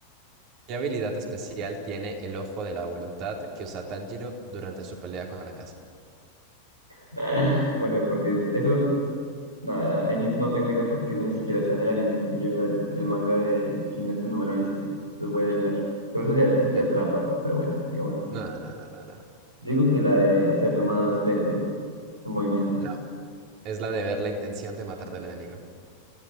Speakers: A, on the right (about 40°); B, on the right (about 85°).
A: ¿Qué habilidad especial tiene el ojo de la voluntad que usa Tanjiro durante su pelea con Akaza?
B: <laughs> Bueno, por Dios. Eso. Nada, ahí ni- no tengo idea porque eso ni siquiera está en el anime. Y yo el, el manga de Kimetsu no me lo he visto. Entonces voy a adivinar. Pero eso ya es, eso ya
A: A ver.
B: es trampa. Pero bueno, digamos que sí.
A: No, no, no, no, no. No,
B: Digo que la de hacerlo más lento, los movimientos.
A: No, es la de ver la intención de matar del enemigo.